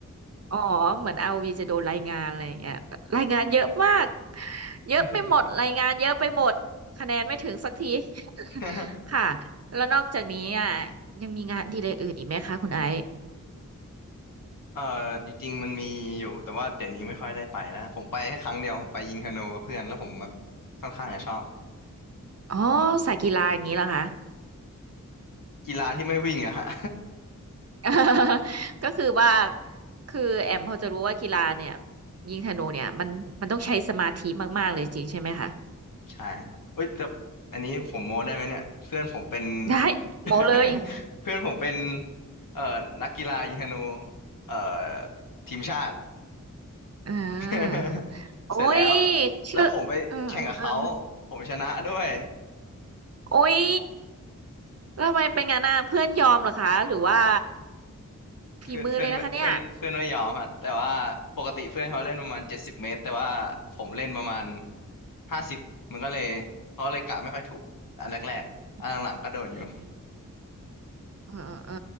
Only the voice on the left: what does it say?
อืม
<laughs>
เออจริงๆมันมีอยู่แต่ว่าเดี๋ยวนี้ไม่ค่อยได้ไปแล้วผมไปแค่ครั้งเดียวผมไปยิงธนูกับเพื่อนแล้วผมแบบค่อนข้างจะชอบ
กีฬาที่ไม่วิ่งอะฮะ
<laughs> ใช่ฮะเอ้ยแต่อันนี้ผมโม้ได้ไหมเนี่ยเพื่อนผมเป็น
<laughs>
เพื่อนผมเป็นเอ่อนักกีฬายิงธนูเอ่อทีมชาติ
<laughs>
เสร็จแล้ว
แล้วผมไปแข่งกับเขาผมชนะด้วย
เพื่อนเพื่อนเพื่อนเพื่อนไม่ยอมฮะแต่ว่าปกติเพื่อนเขาเล่นประมาณเจ็ดสิบเมตรแต่ว่าผมเล่นประมาณ
ห้าสิบมันก็เลยเขาเลยกะไม่ค่อยถูกอันแรกๆอันหลังๆก็โดนอยู่